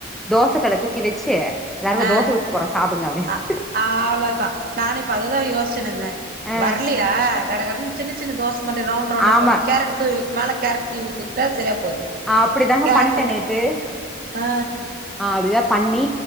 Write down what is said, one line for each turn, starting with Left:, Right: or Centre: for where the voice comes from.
Centre: தோசைக்கல்ல தூக்கி வச்சு எல்லாருக்கு
Right: ஆஹ்
Centre: தோச ஊத்தி போட்றே சாப்டுங்க அப்டின்னு
Right: அ அவ்ளோதா நானு இப்ப அதுதா யோசிச்சினு
Centre: ஆ
Right: வரலையா கடகடனு சின்ன சின்ன தோசை <unintelligible> ரவுண்ட் ரவுண்டா
Centre: ஆமா
Right: போட்டு கேரட் தூவி மேல கேரட் தூவி குடுத்துட்டா சரியா போது
Centre: அப்படிதாங்க
Right: கேரட்டுங்க
Centre: பண்ட்ட நேத்து
Right: ஆ
Centre: அப்டிதா பண்ணி